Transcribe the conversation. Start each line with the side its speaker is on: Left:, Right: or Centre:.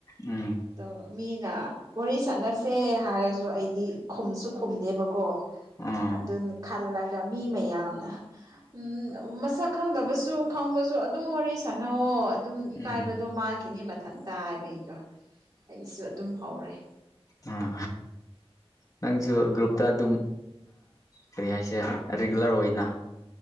Left: ꯎꯝ
Right: ꯑꯗꯣ ꯃꯤꯅ ꯋꯥꯔꯤ ꯆꯥꯟꯁꯦ ꯍꯔ ꯑꯩꯗꯤ ꯈ ꯈꯨꯝꯗꯦꯕꯀꯣ
Left: ꯑꯥ
Right: ꯑꯗꯨ ꯈ ꯃꯤ ꯃꯌꯥꯝꯅ ꯎꯝ ꯃꯁꯛ ꯈꯪꯗꯕꯁꯨ ꯈꯪꯕꯁꯨ ꯑꯗꯨꯝ ꯋꯥꯔꯤ ꯁꯥꯟꯅꯋꯣ ꯑꯗꯨꯝ ꯏꯀꯥꯏꯕꯗꯣ
Left: ꯎꯝ
Right: ꯃꯥꯡꯈꯤꯅꯤ ꯃꯊꯟꯇ ꯍꯥꯏꯕꯒꯤꯀꯣ ꯑꯩꯁꯨ ꯑꯗꯨꯝ ꯍꯧꯔꯦ
Left: ꯎꯝ ꯅꯪꯁꯨ ꯒ꯭ꯔꯨꯞꯇ ꯑꯗꯨꯝ ꯀꯔꯤ ꯍꯥꯏꯁꯦ ꯔꯤꯒꯨꯂꯔ ꯑꯣꯏꯅ